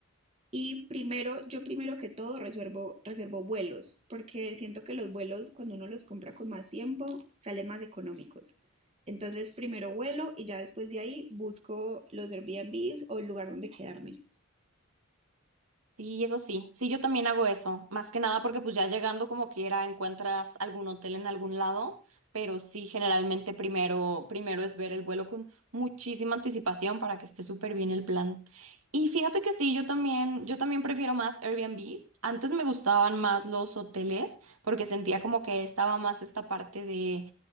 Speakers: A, on the right (about 30°); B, on the right (about 85°).
A: Y primero, yo primero que todo reservo, reservo vuelos, porque siento que los vuelos, cuando uno los compra con más tiempo, salen más económicos. Entonces, primero vuelo y ya después de ahí busco los Airbnbs o el lugar donde quedarme.
B: Sí, eso sí. Sí, yo también hago eso. Más que nada porque pues ya llegando como quiera encuentras algún hotel en algún lado, pero sí generalmente primero primero es ver el vuelo con muchísima anticipación para que esté súper bien el plan. Y fíjate que sí, yo también yo también prefiero más Airbnbs. Antes me gustaban más los hoteles porque sentía como que estaba más esta parte de